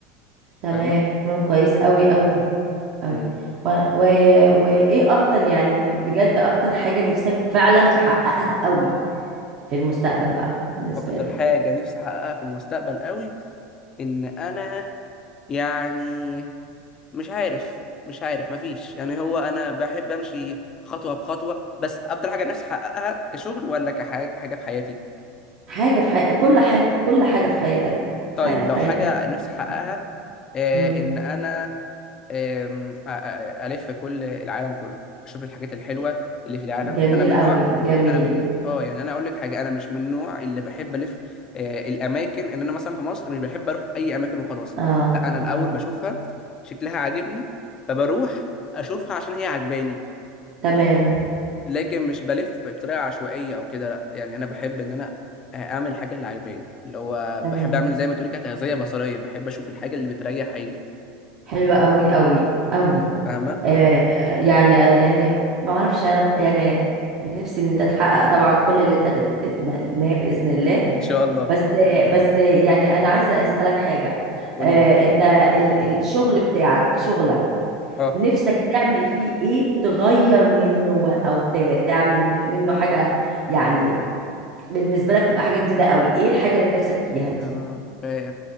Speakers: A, on the right; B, on the left.
A: تمام
B: فاهمه
A: تمام كويس قوي قوي قوي
B: مم.
A: و... و... وايه اكتر يعني بجد اكتر حاجة نفسك فعلا تحققها قوي في المستقبل بقى بالنسبة
B: اكتر
A: لك
B: حاجه نفسي احققها في المستقبل قوي ان انا يعني مش عارف مش عارف مفيش يعني هو انا بحب امشي خطوه بخطوه بس اكتر حاجه نفسي احققها كشغل ولا كحاجه حاجه في حياتي
A: حاجة في حي... كل حاجة كل حاجة في حياتك
B: طيب
A: حاجة في
B: لو
A: حياتك
B: حاجه
A: نفسك
B: نفسي
A: تعملها.
B: احققها آه
A: امم
B: ان انا آم، أ- أ- الف كل العالم كله اشوف الحاجات الحلوه اللي في العالم
A: جميل
B: انا من
A: قوي
B: نوع
A: جميل
B: انا من اه يعني انا اقول لك حاجه انا مش من النوع اللي بحب الف آه، الاماكن ان انا مثلا في مصر مش بحب اروح اي اماكن وخلاص
A: اه
B: لا انا الاول
A: اه
B: بشوفها شكلها عاجبني فبروح اشوفها عشان هي عجباني
A: تمام
B: لكن مش بلف بطريقه عشوائيه او كده لا يعني انا بحب ان انا آه، اعمل الحاجه اللي عجباني اللي هو
A: تمام
B: بحب اعمل زي ما تقولي كده تغذيه بصريه بحب اشوف الحاجه اللي بتريح عيني
A: حلوة قوي قوي قوي
B: فاهمه
A: آه يعني آه يعني ما اعرفش انا ب- يعني نفسي ان انت تحقق طبعا كل اللي انت تت- تتمناه بإذن الله
B: <laughs> ان شاء الله
A: بس بس يعني انا عايزه اسالك حاجه
B: قولي
A: آه،
B: لي
A: انت ال- الشغل بتاعك شغلك
B: اه
A: نفسك تعمل فيه ايه تغير منه و- او ت- تعمل م- منه حاجه يعني بالنسبه لك تبقى حاجه جديده قوي ايه الحاجه اللي نفسك فيها دي
B: آه، فاهم